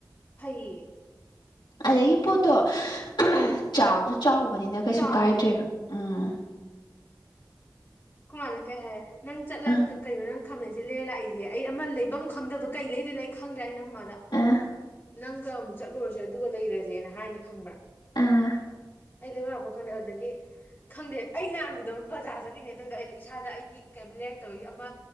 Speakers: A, on the left (about 30°); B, on the left (about 80°).
A: ꯐꯩꯌꯦ
B: ꯑꯗꯒꯤ ꯄꯣꯠꯇꯣ <unintelligible> ꯆꯥꯎꯖꯨ ꯆꯥꯎꯕꯅꯤꯅ ꯀꯩꯁꯨ
A: ꯆꯥꯎꯔꯦ
B: ꯀꯥꯏꯗ꯭ꯔꯦꯕ ꯎꯝ
A: ꯑꯩꯈ‌ꯣꯏꯃꯥꯅ ꯀꯩ ꯍꯥꯏꯔꯦ ꯅꯪ ꯆꯠꯂꯒ
B: ꯑꯥ
A: ꯀ ꯀꯩꯅꯣ ꯅꯪ ꯈꯥꯃꯦꯟꯁꯤꯟ ꯂꯩꯔ ꯂꯥꯛꯏꯁꯦ ꯑꯩ ꯑꯃ ꯂꯩꯐꯝ ꯈꯪꯗꯕꯗꯣ ꯀꯩ ꯂꯩꯗꯣꯏꯅ‌ꯣ ꯑꯩ ꯈꯪꯗ꯭ꯔꯦ ꯑꯩꯅ ꯑꯈ‌ꯣꯏꯃꯥꯗ
B: ꯑ
A: ꯅꯪꯒ ꯑꯃꯨꯛ ꯆꯠꯂꯨꯔꯁꯦ ꯑꯗꯨꯒ ꯂꯩꯔꯖꯦꯅ ꯍꯥꯏꯅꯦ ꯈꯪꯕ꯭ꯔꯥ
B: ꯑꯥ
A: ꯑꯩ ꯂꯩꯕꯝ ꯂꯥꯛꯄꯝ ꯈꯪꯗꯦ ꯑꯗꯒꯤ ꯈꯪꯗꯦ ꯑꯩ ꯅꯍꯥꯟꯒꯤꯗꯣ ꯕꯖꯥꯔ ꯆꯠꯂꯤꯅꯦꯅ__ ‌ꯇꯧꯌꯤꯗꯣ ꯑꯩꯗꯤ ꯏꯁꯥꯗ ꯑꯩꯒꯤ ꯀꯦꯝ ꯂꯩꯔꯛꯇꯕꯒꯤ ꯑꯃ